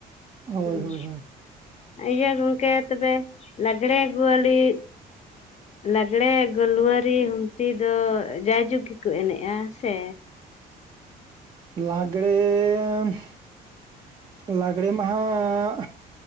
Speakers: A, on the right (about 30°); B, on the left (about 40°).
A: ᱦᱳᱭ
B: ᱦᱩᱸ
A: ᱦᱳᱭ ᱦᱳᱭ
B: ᱤᱭᱟᱹ ᱜᱚᱝᱠᱮ ᱛᱚᱵᱮ ᱞᱟᱜᱽᱲᱮ ᱜᱩᱣᱞᱤ ᱞᱟᱜᱽᱲᱮ ᱜᱩᱞᱣᱟᱨᱤ ᱛᱤ ᱫᱚ ᱡᱟᱭᱡᱩᱜᱽ ᱜᱮᱠᱚ ᱮᱱᱮᱡᱼᱟ ᱥᱮ
A: ᱞᱟᱜᱽᱲᱮ ᱞᱟᱜᱽᱲᱮ ᱢᱟᱦᱟ